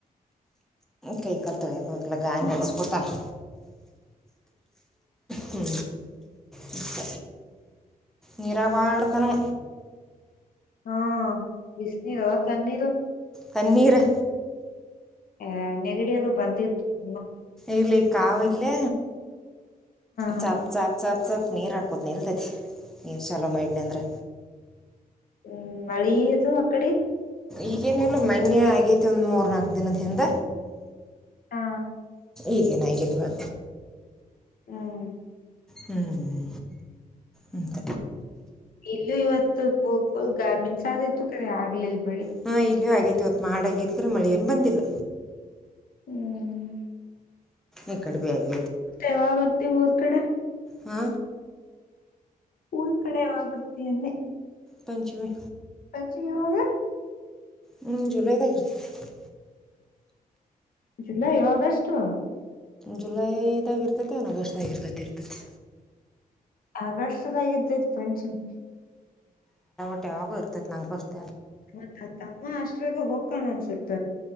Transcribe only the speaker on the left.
ಹಾ ಬಿಸಿನೀರು ತಣ್ಣೀರು
ಆ ನೆಗಡಿ ಅದು ಬಂದಿತ್ತು ತುಂಬಾ.
ಹ್ಮ್
ಹ್ಮ್ ಮಾಡಿತ ಅಕಡೆ.
ಹಾ.
ಹ್ಮ <inaudible>
ಇಲ್ಲೂ ಇವತ್ತು ಪೂಕಲ್ ಗಾಮಿನ್. ಸಾ ಇತ್ತು ಕರೆ ಆಗ್ಲಿಲ್ಲ.
ಹ್ಮ್.
ೆವಾ ಬರ್ತಿ ಊರ್. ಅ ಕಡೆ.
ಊರ ಕಡೆ ಯಾವಾಗ ಬರ್ತಿ ಅಂದೆ.
ಪಂಚಮಿ ಯಾವಾಗ.
ಜುಲೈಯೋ ಅಗಸ್ಟೊ.
ಅಗಸ್ಟ್ ದಾಗ ಇರ. ತೈತಿ ಪಂಚಮಿ.
ಮತ್ತ ತಮ್ಮ ಅಷ್ಟ್ರಾಗ ಹೊಕ್ಕನ ಅನ್ಸತ.